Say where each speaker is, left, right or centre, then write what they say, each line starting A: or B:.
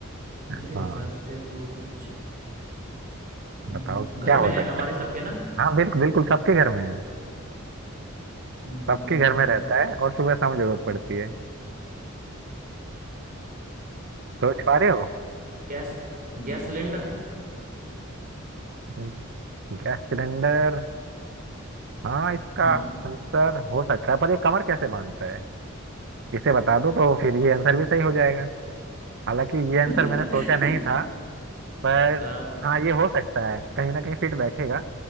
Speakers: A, on the right; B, on the right.
A: हाँ
B: मेरे हिसाब से तो कुछ हम्म,
A: बताओ
B: घर
A: क्या
B: में
A: हो
B: है
A: सकता
B: हमारे सबके ना
A: है हाँ बिल्कुल बिल्कुल सबके घर में है
B: हम्म,
A: सबके घर में रहता है और सुबह शाम जरूरत पड़ती है सोच पा रहे हो
B: गैस गैस सिलेंडर
A: हम्म, Gas cylinder हाँ इसका
B: हम्म
A: आंसर हो सकता है पर ये कमर कैसे बांधता है इसे बता दो तो फिर ये आंसर भी सही हो जाएगा हालांकि ये आंसर
B: <laughs>
A: मैंने सोचा नहीं था पर
B: हाँ
A: हाँ ये हो सकता है कहीं ना कहीं फिट बैठेगा